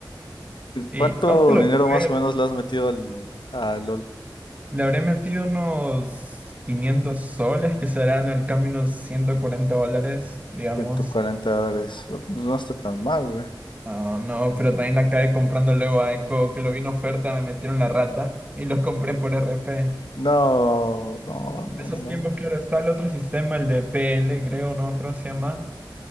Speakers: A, on the right; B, on the left.
A: Y
B: ¿Cuánto
A: no te lo
B: dinero
A: creo.
B: más o menos le has metido al, a LOL?
A: Le habré metido unos 500 soles, que serán al cambio unos 140 dólares, digamos.
B: ciento cuarenta dólares. Pues no está tan mal, güey.
A: Ah, no, pero también la acabé comprando luego a Eco, que lo vi en oferta, me metieron la rata y los compré por RP.
B: No, no, no,
A: Esos
B: no.
A: tiempos, claro, está el otro sistema, el de PL, creo, no creo se llama.